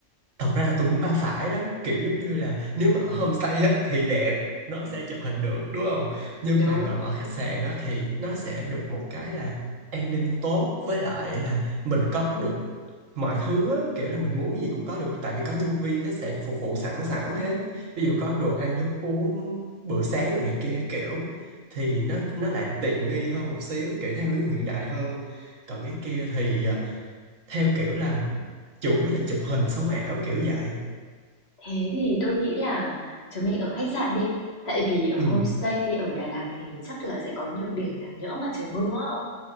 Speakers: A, on the right (about 75°); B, on the left (about 50°).
A: thật ra là tôi cũng ba phải lắm kiểu giống như là nếu mà ở homestay á thì đẹp nó sẽ chụp hình được đúng không nhưng
B: Đúng.
A: mà còn ở khách sạn á thì nó sẽ được một cái là an ninh tốt với lại là mình có được mọi thứ á, kiểu là mình muốn cái gì cũng có được tại vì có nhân viên khách sạn phục vụ sẵn sẵn hết ví dụ có đồ ăn thức uống bữa sáng rồi này kia kiểu thì nó nó lại tiện nghi hơn một xíu kiểu theo hướng hiện đại hơn còn cái kia thì à, theo kiểu là chủ yếu là chụp hình sống ảo kiểu vậy
B: Thế thì tôi nghĩ là chúng mình ở khách sạn đi. Tại vì ở
A: ừ
B: homestay ở Đà Lạt thì chắc là sẽ có nhược điểm là nhỡ mà trời mưa á ông.